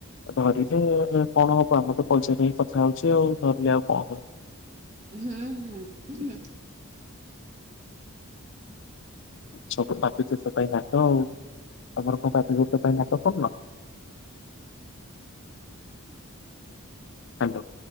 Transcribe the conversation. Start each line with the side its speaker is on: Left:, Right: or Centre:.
Left: ଧରିନେ କଣ ହବ ଆମର ତ ପଇସା ପାଇଁ କଥା ହଉଛେଁ ଆଉ ଧରିଲେ ଆଉ କଣ ହବ?
Right: ହୁଁ ହୁଁ। ହୁଁ
Left: ସବୁ ପାପି ପେଟ ପାଇଁ ନାଟ ଆଉ ତମର କଣ ପାପି ପେଟ ପାଇଁ ନାଟ କରୁନ? ହ୍ୟାଲୋ।